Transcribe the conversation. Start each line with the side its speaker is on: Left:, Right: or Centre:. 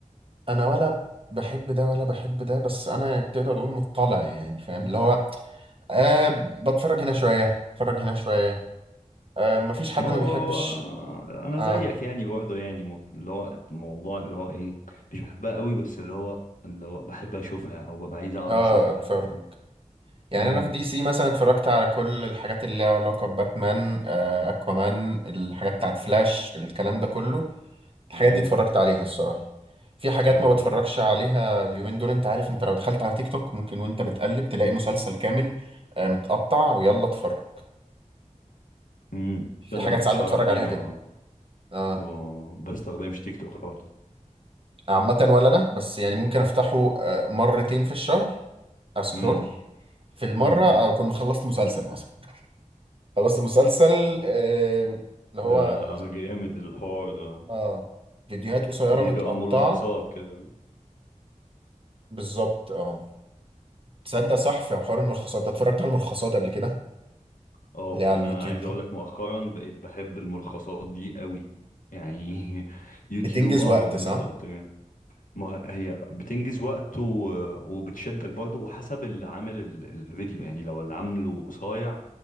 Right: انا ولا بحب ده ولا بحب ده بس انا تقدر تقول مطلع يعني فاهم اللي هو آه بتفرج هنا شويه اتفرج هنا شويه آه مفيش حد
Left: ما هو
Right: ما بيحبش
Left: هو انا
Right: اه
Left: زيك يعني برضه يعني مو- اللي هو الموضوع اللي هو ايه مش بحبها قوي بس اللي هو اللي هو بحب اشوفها او ببقى عايز اشوفها
Right: اه اتفرج
Left: فاهم
Right: يعني
Left: امم
Right: انا في دي سي مثلا اتفرجت على كل الحاجات اللي ليها علاقه بباتمان آه، اكوامان الحاجات بتاعت فلاش الكلام ده كله الحاجات
Left: جامد
Right: دي اتفرجت عليها الصراحه في حاجات
Left: حلو
Right: ما بتفرجش
Left: قوي
Right: عليها اليومين دول انت عارف انت لو دخلت على تيك توك ممكن وانت بتقلب تلاقي مسلسل كامل آه، متقطع ويلا اتفرج
Left: امم تصدق
Right: في حاجات
Left: ما كنتش
Right: ساعات بتفرج
Left: اعرف دي
Right: عليها
Left: ما
Right: كده اه
Left: ما بستخدمش تيك توك خالص
Right: عامه ولا انا بس يعني ممكن افتحه آه، مرتين في الشهر اسكرول
Left: امم
Right: في المره
Left: امم
Right: اكون مخلصت مسلسل مثلا خلصت مسلسل آه، اللي هو
Left: ده جامد الحوار ده
Right: اه فيديوهات قصيرة
Left: بي-
Right: متقطعة
Left: بيبقى ملخصات كده
Right: بالظبط اه تصدق صح في حوار الملخصات ده اتفرجت على الملخصات قبل كده
Left: اه
Right: اللي هي على
Left: انا
Right: اليوتيوب
Left: عايز
Right: دي
Left: اقول لك مؤخرا بقيت بحب الملخصات دي قوي يعني <laughs> يوتيوب
Right: بتنجز
Left: اه
Right: وقت
Left: بالظبط
Right: صح
Left: يعني. ما هي بتنجز وقت و... وبتشدك برضه وحسب اللي عامل ال- الفيديو يعني لو اللي عامله قصير